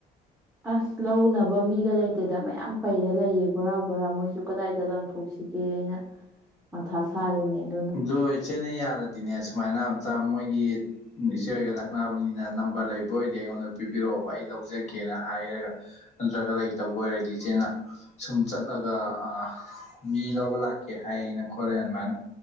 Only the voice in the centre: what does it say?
ꯑꯁ ꯂꯧꯅꯕ ꯃꯤꯒ ꯂꯩꯇꯦꯗ ꯃꯌꯥꯝ ꯄꯩꯔ ꯂꯩꯌꯦ ꯕꯣꯔꯥ ꯕꯣꯔꯥ ꯃꯣꯏꯁꯨ ꯀꯗꯥꯏꯗ ꯂꯪꯊꯣꯛꯁꯤꯒꯦ ꯒꯦꯅ ꯃꯊꯥ ꯁꯥꯔꯤꯅꯤ ꯑꯗꯨ